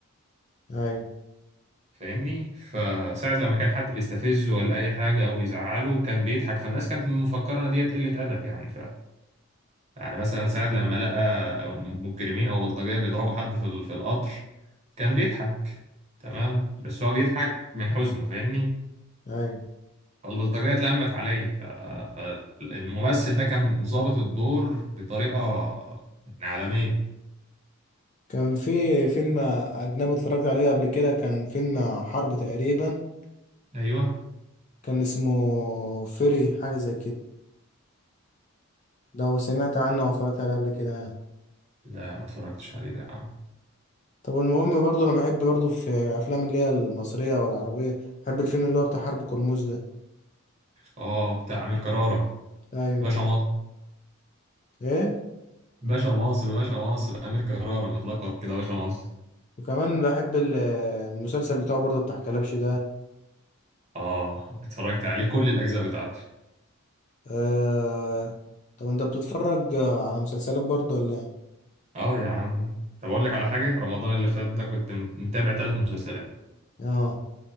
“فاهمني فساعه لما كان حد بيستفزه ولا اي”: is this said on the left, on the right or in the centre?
Right